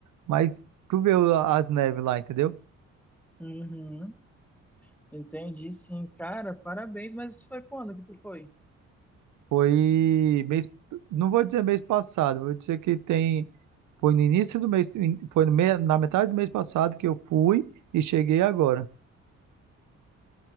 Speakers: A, on the right (about 80°); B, in the centre.
A: Mas tu vê o- as neves lá, entendeu?
B: Uhum. Entendi, sim. Cara, parabéns, mas isso foi quando que tu foi?
A: Foi mês, não vou dizer mês passado, vou dizer que tem, foi no início do mês, foi no me- na metade do mês passado que eu fui e cheguei agora.